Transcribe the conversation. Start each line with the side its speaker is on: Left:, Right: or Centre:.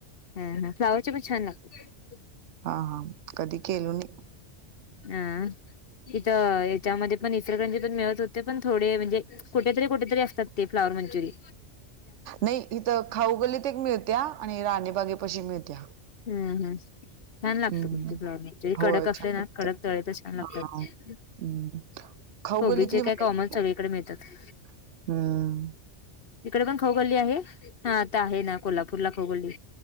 Left: हम हम फ्लॉवर चे पण छान लागते.
Right: हा हा कधी केलो नाही.
Left: आ इथं याच्यामध्ये पण इचलकरंजी पण मिळत होते पण थोडे म्हणजे कुठेतरी कुठेतरी असतात ते फ्लॉवर मंचुरि.
Right: नाही इथं खाऊ गल्लीत एक मिळत्या आणि राणी बागेपाशी मिळत्या.
Left: हम् हम, छान लागतं
Right: हम्म
Left: पण तो फ्लॉवर मंचुरी
Right: होय
Left: कडक असते
Right: छान
Left: ना
Right: लागते
Left: कडक त <unintelligible> छान लागतात.
Right: हा हम्म खाऊ
Left: कोबीचे
Right: गल्लीतली
Left: काय
Right: भा
Left: कॉमन सगळीकडे मिळतात
Right: <unintelligible> हम्म.
Left: इकडे पण खाऊ गल्ली आहे. हा आता आहे ना कोल्हापूरला खाऊ गल्ली,